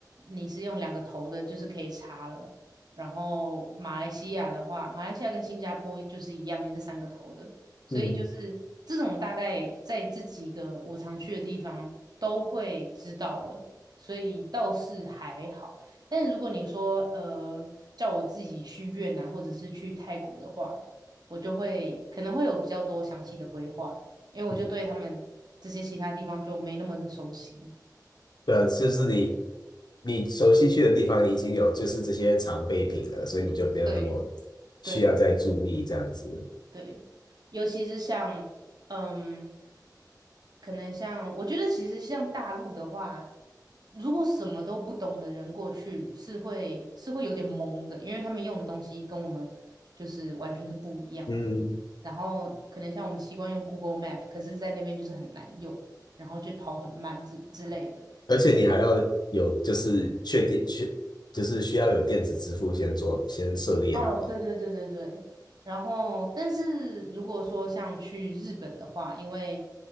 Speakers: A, on the right; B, on the left.
A: 你是用两个头的，就是可以插了，然后马来西亚的话，马来西亚跟新加坡就是一样，也是三个头的，所以就是这种大概在这几个我常去的地方都会知道了，
B: 嗯
A: 所以倒是还好。但如果你说呃叫我自己去越南或者是去泰国的话，我就会可能会有比较多详细的规划，因为我就对他们这些其他地方就没那么的熟悉。
B: 嗯对啊就是你你熟悉去的地方，你已经有就是这些常备品了，所以你就不要那么
A: 对对。
B: 需要再注意这样子。
A: 对，尤其是像，嗯，可能像，我觉得其实像大陆的话，如果什么都不懂的人过去是会是会有点懵的，因为他们用的东西跟我们就是完全是不一样的。
B: 嗯
A: 然后可能像我们习惯用 Google Map，可是在那边就是很难用，然后就跑很慢之之类的。
B: 而且你还要有就是确定确就是需要有电子支付先做先设立好。
A: 哦，对对对对对，然后，但是如果说像去日本的话，因为，